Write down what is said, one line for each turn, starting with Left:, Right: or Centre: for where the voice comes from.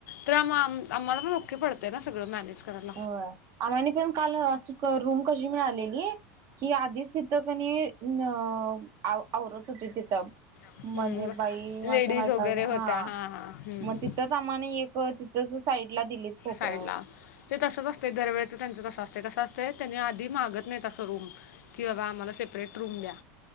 Left: तर आम-आम्हाला पण ओके पडतंय ना सगळं मॅनेज करायला.
Right: आम्हानि पण काल अशी रूम कशी मिळालेली की आधीच तिथं कणी आवरत होती तिथं
Left: हम्म
Right: म्हणजे बाई
Left: लेडीज
Right: अशा बायका
Left: वगैरे होत्या
Right: हा
Left: हां हां
Right: मग तिथंच आम्हाला एक तिथंच साईडला दिलीत कोपऱ्यावर
Left: साईडला ते तसंच असत दरवेळेच त्यांचं तसं असत. तसं असतय त्यांनी आधी मागत नाही असं रूम. कि बाबा आम्हाला सेपरेट रूम द्या